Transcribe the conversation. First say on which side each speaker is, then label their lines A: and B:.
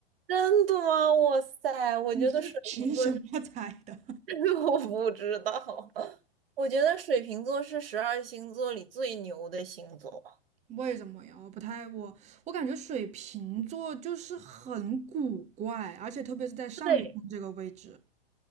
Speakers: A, on the right (about 65°); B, on the right (about 20°).
A: 真的吗？哇塞，
B: <laughs>
A: 我觉得水瓶座
B: 你是凭什么猜的？
A: 是 <laughs> 我不知道，我觉得水瓶座是十二星座里最牛的星座。
B: 为什么呀？我不太我我感觉水瓶座就是很古怪，而且特别是在上升这个位置，
A: 对，